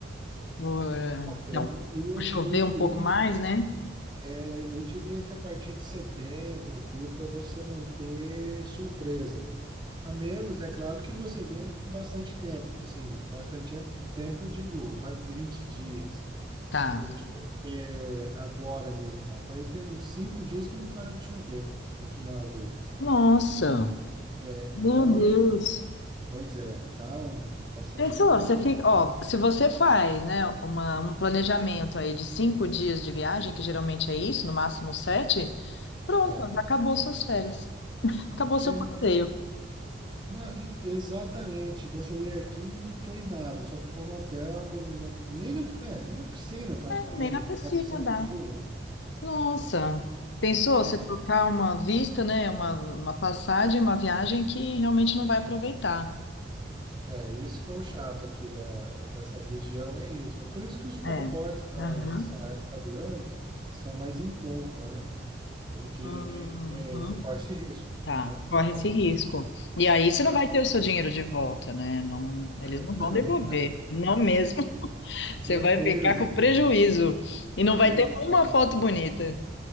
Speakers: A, on the left; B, on the right.
A: Por, então,
B: Olha, Eu,
A: por chover
B: eu diria,
A: um pouco mais, né?
B: é, eu diria que a partir de setembro, outubro, para você não ter surpresa. A menos, é claro, que você venha com bastante tempo, assim, bastante tempo, eu digo, mais de 20 dias,
A: Tá.
B: porque é, agora mesmo, como eu falei, tem uns cinco dias que não para de chover aqui em Alagoas.
A: Nossa,
B: né?
A: meu
B: Então,
A: Deus.
B: é, Pois é, tá um, bastante
A: Pensou,
B: complicado.
A: você fica, ó, se você faz, né, uma, um planejamento aí de cinco dias de viagem, que geralmente é isso, no máximo sete, pronto,
B: É,
A: já acabou suas férias, acabou seu
B: é,
A: passeio.
B: mesmo. Não, e- exatamente. Você veio aqui e não fez nada, só ficou no hotel, na- nem na, é, nem na piscina praticamente,
A: É, nem na piscina
B: pegar piscina
A: dá.
B: com chuva.
A: Nossa, pensou
B: É,
A: você trocar uma vista, né, uma, uma passagem, uma viagem que realmente não vai aproveitar.
B: é, isso que é o chato aqui da, dessa região, é isso. Por isso que os pacotes
A: É.
B: na-
A: Aham.
B: nessa época do ano são mais em conta, né? Porque
A: Uhum.
B: é, você corre esse risco,
A: Tá,
B: né? Você
A: corre
B: corre
A: esse
B: esse
A: risco.
B: risco.
A: E aí você
B: né?
A: não vai ter o seu dinheiro de volta, né? Não, eles
B: <laughs>
A: não
B: Não,
A: vão devolver, não mesmo. <laughs>
B: não
A: Você vai
B: mesmo.
A: ficar com prejuízo e não vai
B: é
A: ter uma foto bonita.